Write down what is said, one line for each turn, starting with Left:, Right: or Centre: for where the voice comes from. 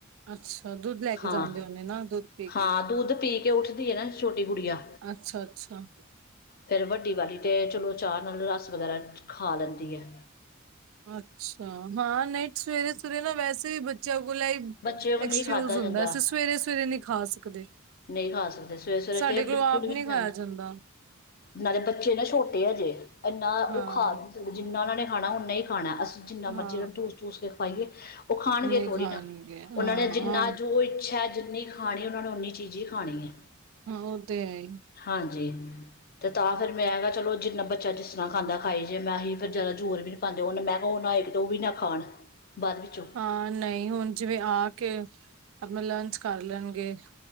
Right: ਅੱਛਾ ਦੁੱਧ ਲੈ ਕੇ
Left: ਹਾਂ
Right: ਜਾਂਦੇ ਹੋਨੇ ਨਾ ਦੁੱਧ ਪੀ ਕੇ
Left: ਹਾਂ ਦੁੱਧ ਪੀ ਕੇ ਉੱਠਦੀ ਹੈ ਨਾ ਛੋਟੀ ਗੁੜੀਆ
Right: ਅੱਛਾ-ਅੱਛਾ
Left: ਫਿਰ ਵੱਡੀ ਵਾਲੀ ਤੇ ਚਲੋ ਚਾਹ ਨਾਲ ਰਸ ਵਗੈਰਾ ਖਾ ਲੈਂਦੀ ਹੈ।
Right: ਅੱਛਾ ਹਾਂ ਨਹੀ ਸਵੇਰੇ-ਸਵੇਰੇ ਨਾ ਵੈਸੇ ਵੀ ਬੱਚਿਆਂ ਕੋਲ ਐਈ।
Left: ਬੱਚੇ ਉਹ
Right: ਐਕਸਕਿਊਜ
Left: ਨਹੀਂ ਖਾਧਾ
Right: ਹੁੰਦਾ
Left: ਜਾਂਦਾ
Right: ਅਸੀਂ ਸਵੇਰੇ-ਸਵੇਰੇ ਨਹੀਂ ਖਾ ਸਕਦੇ।
Left: ਨਹੀਂ ਖਾ ਸਕਦੇ ਸਵੇਰੇ-ਸਵੇਰੇ
Right: ਸਾਡੇ
Left: ਤੇ ਇਹ
Right: ਕੋਲੋਂ
Left: ਬਿਲਕੁਲ
Right: ਆਪ
Left: ਵੀ ਨਹੀਂ
Right: ਖਾਇਆ
Left: ਜਾਂਦ
Right: ਜਾਂਦਾ
Left: ਨਾਲੇ ਬੱਚੇ ਨਾ ਛੋਟੇ ਹਜੇ ਇੰਨਾ ਉਹ
Right: ਹਾਂ
Left: ਖਾ ਵੀ ਜਿੰਨਾ ਉਹਨਾਂ ਨੇ ਖਾਣਾ ਉਨਾ ਹੀ ਖਾਣਾ ਅਸੀਂ ਜਿੰਨਾ ਮਰਜ਼ੀ
Right: ਹਾਂ
Left: ਉਹਨਾਂ ਨੂੰ ਟੂਸ-ਟੂਸ ਕੇ ਖਵਾਈਏ। ਉਹ ਖਾਣਗੇ
Right: ਨਹੀਂ
Left: ਥੋੜ੍ਹੀ
Right: ਖਾਣਗੇ
Left: ਨਾ। ਉਹਨਾਂ
Right: ਹਾਂ
Left: ਨੇ ਜਿੰਨਾ ਜੋ ਇੱਛਾ ਹੈ ਜਿੰਨੀ ਖਾਣੀ ਉਹਨਾਂ ਨੇ ਉਨੀ ਚੀਜ਼ ਹੀ ਖਾਣੀ ਹੈ।
Right: ਹਾਂ ਉਹ ਤੇ ਹੈ ਈ।
Left: ਹਾਂਜੀ ਅਤੇ ਤਾਂ ਫਿਰ ਮੈਂ ਕਿਆ ਚਲੋ ਜਿੰਨਾ ਬੱਚਾ ਜਿਸ ਤਰ੍ਹਾਂ ਖਾਂਦਾ ਖਾਈ ਜੇ ਮੈਂ ਹੀ ਫਿਰ ਜ਼ਿਆਦਾ ਜ਼ੋਰ ਵੀ ਨਹੀਂ ਪਾਂਦੇ ਉਹਨੇ ਮੈਂ ਕਿਹਾ ਉਹ ਨਾ ਏ ਕਿਤੇ ਉਹ ਵੀ ਨਾ ਖਾਣ ਬਾਅਦ ਵਿੱਚੋਂ
Right: ਹਾਂ ਨਹੀਂ ਹੁਣ ਜਿਵੇਂ ਆ ਕੇ ਅਪਣਾ ਲੰਚ ਕਰ ਲੈਣਗੇ।